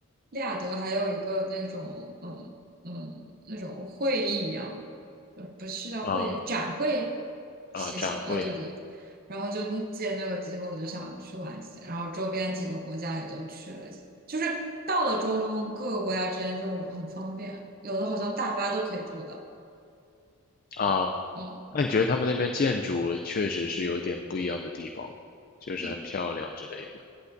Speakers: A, on the right; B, on the left.
A: 利雅得还有一个那种嗯嗯那种会议一样，呃不是叫会议展会，
B: 啊啊，
A: 谢谢啊，
B: 展会
A: 对对。然后就嗯借那个机会，我就想去玩一下，然后周边几个国家也都去了一下就是到了中东各个国家之间就很方便，有的好像大巴都可以坐到。
B: 啊，
A: 嗯
B: 那你觉得他们那边建筑确实是有点不一样的地方，就是很漂亮之类的。
A: 嗯